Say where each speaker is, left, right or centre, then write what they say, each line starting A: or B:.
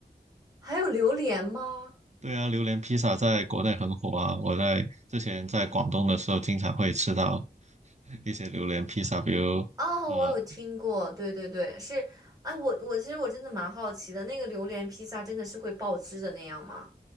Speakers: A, on the right (about 20°); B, on the right (about 40°).
A: 还有榴莲吗？
B: 对啊，榴莲披萨在国内很火啊。我在之前在广东的时候，经常会吃到一些榴莲披萨，比如呃
A: 哦，我有听过，对对对，是，哎，我我其实我真的蛮好奇的，那个榴莲披萨真的是会爆汁的那样吗？